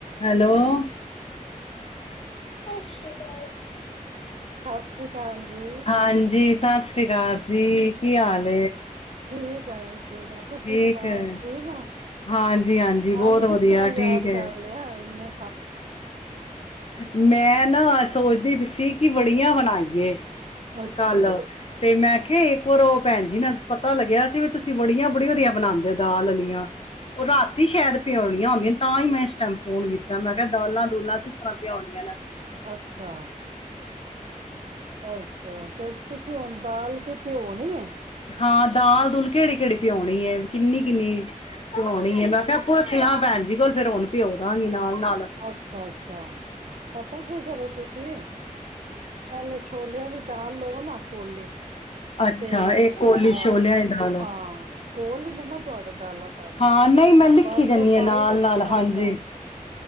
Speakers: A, on the left; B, on the right.
A: Hello ਸਤਿ ਸ਼੍ਰੀ ਅਕਾਲ
B: ਸਤਿ ਸ੍ਰੀ ਅਕਾਲ ਜੀ
A: ਹਾਂਜੀ ਸਤਿ ਸ਼੍ਰੀ ਅਕਾਲ ਜੀ ਕੀ ਹਾਲ
B: ਠੀਕ ਹਾਂਜੀ ਠੀਕ ਆ ਤੁਸੀਂ
A: ਠੀਕ
B: ਸੁਣਾ
A: ਏ,
B: ਠੀਕ ਆ।
A: ਹਾਂਜੀ-ਹਾਂਜੀ ਬਹੁਤ
B: ਅਜ ਕਿਸ
A: ਵਧੀਆ
B: ਤਰ੍ਹਾਂ ਯਾਦ
A: ਠੀਕ ਏ।
B: ਕਰ ਲਿਆ ਇਨੇ
A: ਮੈਂ ਨਾ ਸੋਚਦੀ ਪੀ ਸੀ ਕਿ ਵੜੀਆਂ ਬਣਾਈਏ ਤੇ
B: ਅੱਛਾ।
A: ਕੱਲ ਤੇ ਮੈਂ ਕਿਹਾ ਇੱਕ ਵਾਰ ਉਹ ਭੈਣ ਜੀ ਨਾਲ ਪਤਾ ਲੱਗਿਆ ਸੀ ਵੀ ਤੁਸੀ ਵੜਿਆ ਬੜੀ ਵਧੀਆ ਬਣਾਉਂਦੇ ਹੋ ਦਾਲ ਆਲੀਆਂ। ਉਹ ਰਾਤੀ ਸ਼ਾਇਦ ਪਿਉਣੀਆਂ ਹੁੰਂਦੀਆਂ ਤਾਂ ਹੀ ਮੈਂ ਇਸ ਟਾਈਮ ਫੋਨ ਕੀਤਾ ਮੈਂ ਦਾਲਾਂ ਦੁਲਾਂ ਕਿਸ ਤਰਾਂ ਭਉਣੀਆਂ ਨੇ <inaudible>
B: ਅੱਛਾ, ਅੱਛਾ। ਤੇ ਤੁਸੀਂ ਹੁਣ ਦਾਲ ਕਿ ਪਿਓਨੀ ਹੈ।
A: ਹਾਂ ਦਾਲ ਦੂਲ ਕਿਹੜੀ-ਕਿਹੜੀ ਪਿਆਉਣੀ ਹੈ ਕਿੰਨੀ-ਕਿੰਨੀ ਪਿਆਉਣੀ ਹੈ ਮੈਂ ਕਿਹਾ ਪੁੱਛ ਲਾਂ ਭੈਣ ਜੀ ਕੋਲ ਫੇਰ ਹੁਨ ਪਿਉ ਦਾਂਗੀ ਨਾਲ ਨਾਲ
B: ਅੱਛਾ-ਅੱਛਾ ਪਤਾ ਕੀ ਕਰੋ ਤੁਸੀ ਪਹਿਲੇ ਛੋਲਿਆਂ ਦੀ ਦਾਲ ਲਓ ਨਾ ਕੋਲੇ
A: ਅੱਛਾ
B: ਤੇ
A: ਇਹ ਕੋਲੀ
B: ਹਾਂ
A: ਛੋਲਿਆਂ ਦੀ ਦਾਲ
B: ਹਾਂ ਕੋਲ ਹੀ ਨੇ ਨਾ ਤੁਹਾਡੇ ਦਾਲਾਂ ਸਾਰੀਆਂ
A: ਹਾਂ ਨਹੀਂ ਮੈਂ ਲਿਖੀ
B: ਬਸ
A: ਜਾਂਦੀ
B: ਉਹ
A: ਹਾਂ
B: ਪਾਈ
A: ਨਾਲ
B: ਰੱਖ
A: ਨਾਲ ਹਾਂਜੀ
B: ਅੱਛਾ